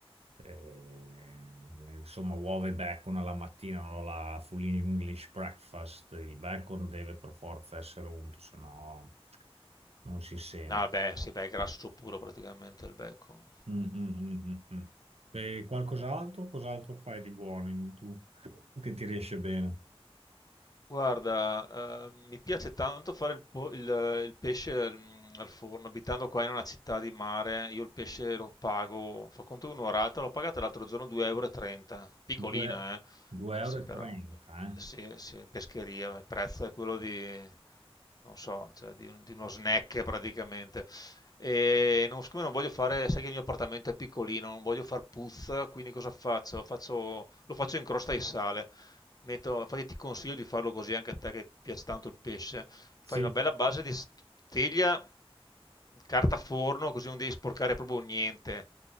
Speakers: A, on the right; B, on the left.
A: eh, insomma, uova e bacon alla mattina, no? La full English breakfast, il bacon deve per forza essere unto, se no non si sente.
B: Ah beh, sì, beh, è grasso puro praticamente il bacon.
A: Mm, mm, mm, mm, mm. E qualcos'altro? Cos'altro fai di buono in- tu che ti riesce bene?
B: Guarda, eh, mi piace tanto fare il, po- il- il pesce mm, al forno, abitando qua in una città di mare, io il pesce lo pago, fa conto un'orata, l'ho pagata l'altro giorno 2,30 euro, e trenta, piccolina,
A: Due-
B: eh?
A: 2,30 euro,
B: Sì,
A: e
B: però,
A: trenta, eh?
B: sì, sì, in pescheria, il prezzo è quello di, non so, cioè di, un- di uno snack praticamente. E non, siccome non voglio fare, sai che il mio appartamento è piccolino, non voglio far puzza, quindi cosa faccio? Faccio- lo faccio in crosta di sale. Metto, infatti ti consiglio di farlo così anche a te che piace tanto il pesce. Fai
A: Sì.
B: una bella base di s- teglia, carta forno, così non devi sporcare proprio niente.